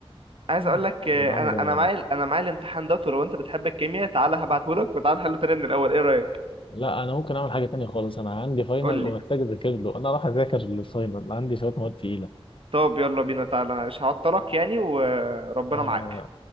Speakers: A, on the right; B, on the left.
A: عايز
B: يلا
A: اقول لك آه،
B: الحمد
A: انا
B: لله
A: انا معايا انا معايا الامتحان ده ولو انت بتحب الكيمياء تعالى هبعته لك وتعالى نحله تاني من الاول ايه رأيك
B: لا انا ممكن اعمل حاجه تانية خالص انا عندي فاينل
A: قول لي
B: ومحتاج اذاكر له انا راح اذاكر للفاينل عندي شويه مواد تقيله
A: طب يلا بينا تعالى أنا مش هعطلك يعني وربنا
B: آه،
A: معاك